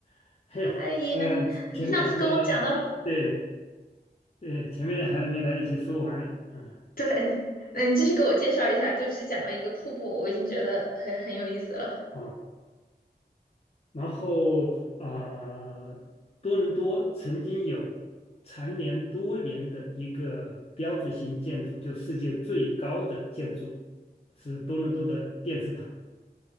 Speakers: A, on the left (about 35°); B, on the left (about 60°).
A: <laughs> 嘿，
B: 哎呀，
A: 呃，前面还没来得及，
B: 你上次跟我讲到，
A: 对对，前面还没来得及说完，啊
B: 对，那你继续给我介绍一下，就只讲了一个瀑布，我已经觉得很很有意思了。
A: 啊，然后啊，多伦多曾经有蝉联多年的一个标志性建筑，就世界最高的建筑是多伦多的电视塔。